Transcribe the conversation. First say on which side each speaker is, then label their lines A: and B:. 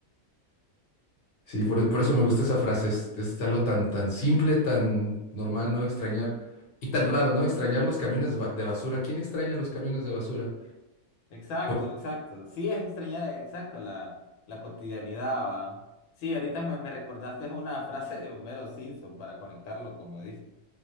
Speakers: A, on the left (about 50°); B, on the left (about 75°).
A: Sí, por, por eso me gusta esa frase. Es, es algo tan, tan simple, tan normal, ¿no? Extrañar. Y tan raro, ¿no? Extrañar los camiones ba- de basura. ¿Quién extraña los camiones de basura?
B: Exacto,
A: Pues
B: exacto. Sí, es extrañar, exacto, la, la cotidianidad, ¿va? Sí, ahorita me, me recordaste una <laughs> frase de Homero Simpson para conectarlo, como dicen,